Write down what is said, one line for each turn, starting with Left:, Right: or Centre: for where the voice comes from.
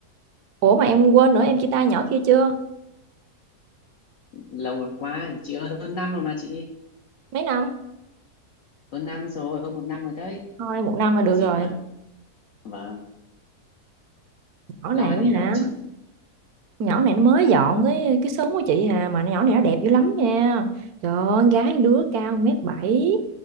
Right: ủa mà em quên nữa em chia tay nhỏ kia chưa
Left: Lâu quá, chị ơi, hơn năm rồi mà chị.
Right: mấy năm
Left: Hơn năm rồi, hơn một năm rồi đấy.
Right: thôi một năm là
Left: Làm
Right: được
Left: gì
Right: rồi
Left: còn, vâng,
Right: nhỏ
Left: lo
Right: này
Left: gì đâu
Right: hả
Left: chị.
Right: nhỏ này nó mới dọn cái cái xóm của chị hà mà nhỏ này nó đẹp dữ lắm nha trời ơi, con gái đứa cao mét bảy